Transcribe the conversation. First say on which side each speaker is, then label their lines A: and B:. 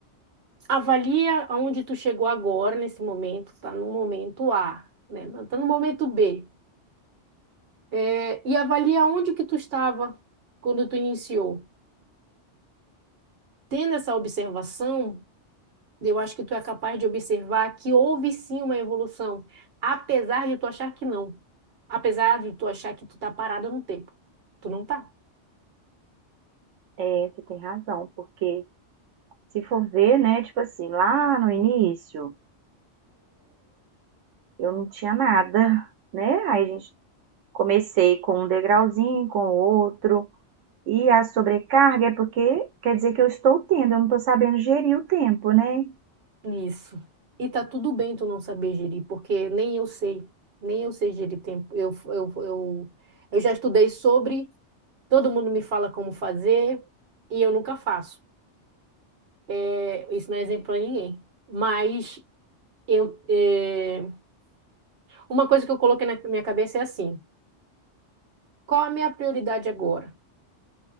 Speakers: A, on the right (about 55°); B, on the right (about 85°).
A: avalia aonde tu chegou agora, nesse momento, tá no momento A, né? Não Tá no momento B. É, e avalia onde que tu estava quando tu iniciou. Tendo essa observação, Eu acho que tu é capaz de observar que houve sim uma evolução, apesar de tu achar que não. Apesar de tu achar que tu tá parada no tempo. Tu não tá.
B: É, você tem razão, porque se for ver, né, tipo assim, lá no início, eu não tinha nada, né? Aí a gente comecei com um degrauzinho, com outro. E a sobrecarga é porque quer dizer que eu estou tendo, eu não estou sabendo gerir o tempo, né?
A: Isso. E tá tudo bem tu não saber gerir, porque nem eu sei, nem eu sei gerir tempo. Eu, eu, eu, eu já estudei sobre, todo mundo me fala como fazer e eu nunca faço. É, isso não é exemplo para ninguém. Mas eu, é, uma coisa que eu coloquei na minha cabeça é assim: qual a minha prioridade agora?